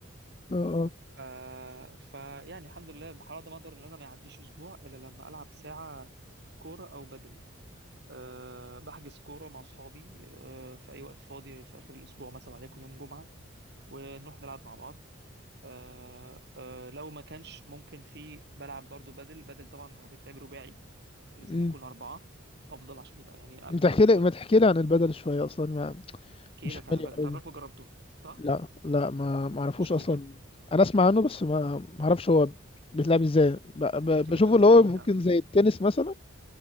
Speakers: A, on the left; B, on the right.
A: اه اه
B: ف... فيعني الحمد لله بحاول ما اقدر ان انا ما يعديش اسبوع الا لما العب ساعه كوره او بدل أه بحجز كوره مع اصحابي أه في اي وقت فاضي في اخر الاسبوع مثلا وليكن يوم جمعه ونروح نلعب مع بعض أه أه لو ما كانش ممكن في بلعب برضو بدل بدل طبعا هو بيتلعب رباعي آه، لازم
A: مم.
B: نكون اربعه افضل عشان يبقى يعني
A: ما
B: امتع
A: تحكي
B: وكده
A: لي ما تحكي لي عن البدل شويه اصلا
B: احكي
A: مش
B: لك عن
A: غالي
B: البدل
A: قوي
B: انت عمرك ما جربته صح؟
A: لا
B: ما
A: لا ما ما
B: جربتوش
A: اعرفوش
B: قبل
A: اصلا
B: كده
A: انا اسمع عنه بس ما ما اعرفش هو بيتلعب ازاي ب... ب...
B: فكرته
A: بشوفه
B: ازاي؟
A: اللي هو ممكن زي التنس مثلا